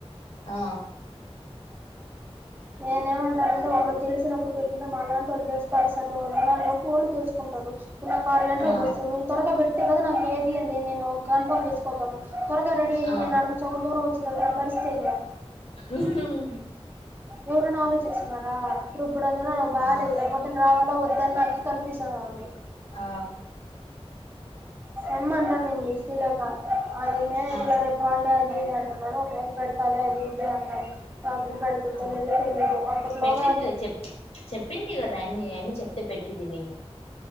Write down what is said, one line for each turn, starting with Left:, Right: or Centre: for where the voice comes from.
Left: ఆ
Right: నేనేమంటానంటే వాలు తెలిసినప్పుడు పెట్టింటే మాలాంటి వాళ్ళు వేసురు సత వాళ్ళు ఉన్నారు కదా ఫోన్లు చేసుకుంటారు. ఇప్పుడు నాకు ఆర్ గంటలకు
Left: ఆ
Right: బసు మీరు త్వరగా పెట్టి కదా నాకు క ఏదింది అ నేను కన్ఫ కోగలను త్వరగా రెడ అయి
Left: ఆ
Right: నేనుడు సగం దూరం వచ్చిన తర్త నా పరిస్థితి ఏందంది.
Left: ఉహు హు
Right: ఎవరునా ఆలోచిస్తున్నారా. ఇప్పుడు అందులో నాకు బాగాలేదు
Left: ఆ
Right: రేపు పొద్దున రావాలా దా నా కన్ఫ్యూజన్ గా ఉంది
Left: ఆ
Right: ఏమంటా న లేక అది మే ఎట్లా
Left: ఆ
Right: రేపు హాడే అది ఇదింట ఎ హయల్పడతాలి అది ఇది అన్నది బబులు పెడుతుందో
Left: ఆ
Right: లేదో తెలియదు అప్పట్లోగా
Left: పెట్టిద్దిలే చెప్ చెప్పింది కదా అమ్మి అమ్ చెప్తే పెట్టిది మీ